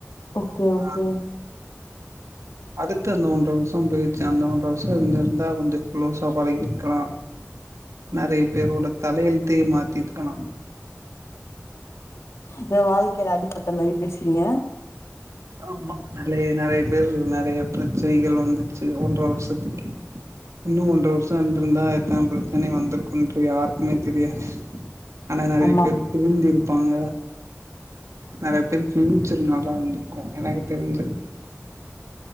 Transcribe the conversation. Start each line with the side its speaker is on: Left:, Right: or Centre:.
Left: ஓகே ஓகே
Right: ஆ அடுத்து அந்த ஒன்ற வருஷோ போயிருச்சு அந்த ஒன்ற வருஷ இருந்தா கொஞ்சோ க்ளோஸா பழகி இருக்கலா நெறைய பேரோட தலையெழுத்தயே மாத்தி இருக்கலா
Left: எதோ வாழ்க்கைல அடிப்பட்ட மேரி பேசுறீங்க
Right: ஆமா நெறைய நெறைய பேர் நெறைய பிரச்சனைகள் வந்துச்சு ஒன்ற வருஷத்துக்கு இன்னு ஒன்ற வருஷம் இருந்திருந்தா எத்தன பிரச்சினை வந்திருக்குன்டு யாருக்குமே தெரியாது ஆனா நெறைய
Left: ஆமா
Right: பேர் திருந்தி இருப்பாங்க நெறைய
Left: ம்.
Right: பேர் ஃபியூச்சர் நல்லா இருந்துருக் கா எனக்கு தெரிஞ்சது